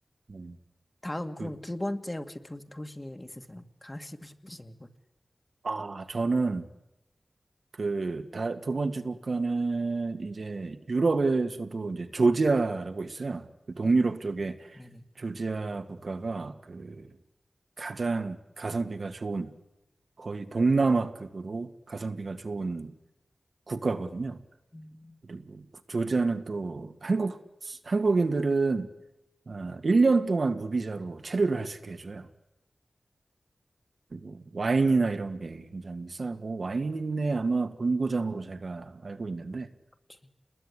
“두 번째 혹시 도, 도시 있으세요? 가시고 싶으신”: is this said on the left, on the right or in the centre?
Left